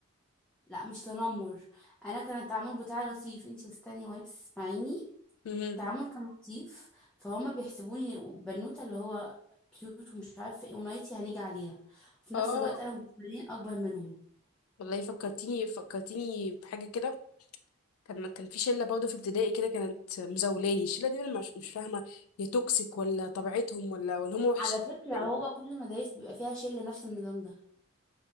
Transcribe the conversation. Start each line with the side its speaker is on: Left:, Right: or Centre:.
Centre: لا مش تنمر انا كان التعامل بتاعي لطيف انتي مستنيه وانا بتسمعيني
Left: امم
Centre: التعامل كان لطيف فهم بيحسبوني بنوته اللي هو كيوت ومش عارفه ايه ونايتي هنيجي عليها في
Left: اه
Centre: نفس الوقت انا جسمانيا اكبر منهم
Left: والله فكرتيني فكرتيني بحاجه كده كان كان في شله برضه في ابتدائي كده كانت مزولاني الشله دي انا مش مش فاهمه هي توكسيك ولا طبيعتهم ولا ولا هم وحشين
Centre: على فكره
Left: ولا
Centre: هو
Left: ايه
Centre: كل المدارس بيبقى فيها شله نفس النظام ده